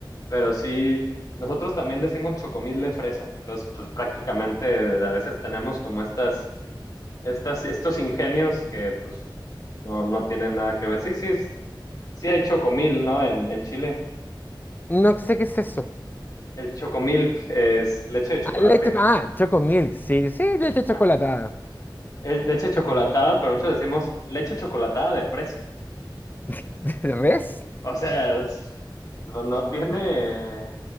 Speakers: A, on the left; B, on the left.
A: pero sí, nosotros también decimos chocomil de fresa. Entonces, pues prácticamente a veces tenemos como estas estas, estos ingenios que pues no, no tienen nada que ver. Sí, sí, es, sí hay chocomil, ¿no? En, en Chile.
B: No sé qué es eso.
A: El chocomilk es leche de chocolate.
B: Ah, leche, ah, choco sí, sí, leche chocolatada.
A: Ah, es leche
B: Leche
A: chocolatada,
B: chocolatada.
A: pero nosotros decimos leche chocolatada de fresa.
B: <laughs> ¿De res?
A: O sea, es- pues no tiene...